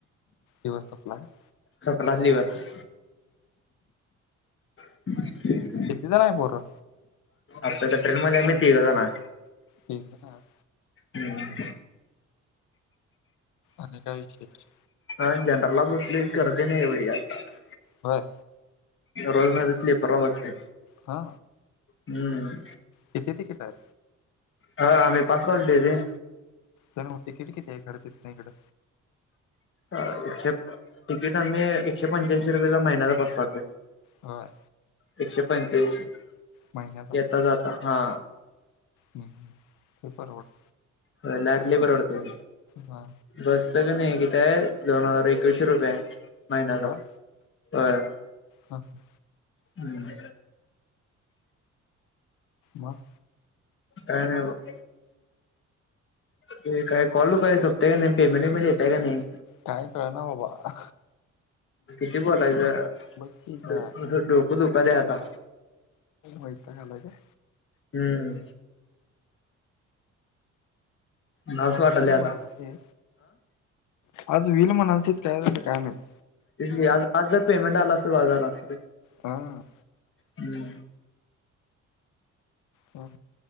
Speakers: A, on the left (about 85°); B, on the left (about 45°).
A: दिवस. <unintelligible>
B: सपलाच लिवस <unintelligible>
A: किती जण आहे पोरं?
B: आताच्या ट्रेन मध्ये आम्ही तिघ जाणार.
A: ठीक आहात.
B: हम्म.
A: आता काय विषेश.
B: हा जनरलला बसलोय, गर्दी नाही एवढी जास्त. आज
A: होय.
B: रोज नाही. तर स्लीपरला बसतोय.
A: हा.
B: हम्म.
A: किती तिकीट आहे.
B: हा आम्ही पास काढलोय रे.
A: तर मग तिकिट किती आहे तितन इकडं.
B: एकशे तिकीट आम्ही एकशे पंच्याऐंशी रुपयेचा महिन्याचा पास काढतोय.
A: होय.
B: एकशे पंच्याऐंशी
A: महिन्याचा
B: येता जाता हा.
A: हम हम मग परवडतय.
B: व्हयं लार्री परवडतय.
A: हा.
B: बसच कणी किती आहे. दोन हजार एकवीसशे रुपये आहे महिन्याचा.
A: होय
B: होय.
A: हा हा.
B: हम्म.
A: मग.
B: काय नाही बघ. ते काय कॉल काय संपतय काय नाही. पेमेंट वेमेंट येतय का नाही.
A: काय कळना बाबा.
B: किती बोलायचं,
A: बघ की त्या
B: डोकं दुखालय आता.
A: वैताग आला काय.
B: हम्म. बास
A: आज
B: वाटालय
A: व्हील
B: आता.
A: म्हणालते आज व्हील म्हणालतीत, काय झालं काय माहिती.
B: तेच की आज आज जर पेमेंट आल असत तर आज आलं असत.
A: हा.
B: हम्म.
A: हा